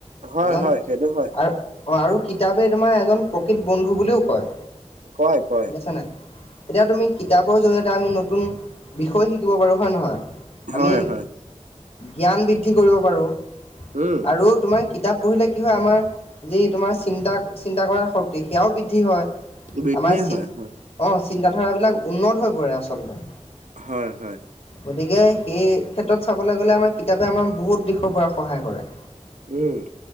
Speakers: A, on the right; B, on the left.
A: হয়
B: এজন
A: হয় সেইটো হয়
B: আৰু অ আৰু কিতাপে তোমাৰ এজন প্ৰকৃত বন্ধু বুলিও কয়।
A: কয় কয়।
B: গম পাইছা নাই এতিয়া তুমি কিতাপৰ জৰিয়তে আমি নতুন বিষয় শিকিব পাৰোঁ হয় নহয়? আমি
A: হয় হয়
B: জ্ঞান বৃদ্ধি কৰিব পাৰোঁ
A: উম
B: আৰু তোমাৰ কিতাপ - পঢ়িলে কি হয় আমাৰ যি তোমাৰ চিন্তা চিন্তা কৰাৰ শক্তি সেয়াও বৃদ্ধি হয়।
A: বৃদ্ধিয়ে
B: আমাৰ চি
A: হয় হয়
B: অঁ চিন্তাধাৰাবিলাক উন্নত হৈ পৰে আচলতে।
A: হয় হয়।
B: গতিকে সেই ক্ষেত্ৰত চাবলে গ'লে আমাৰ কিতাপে আমাৰ বহুত দিশৰ পৰা সহায় কৰে।
A: উম।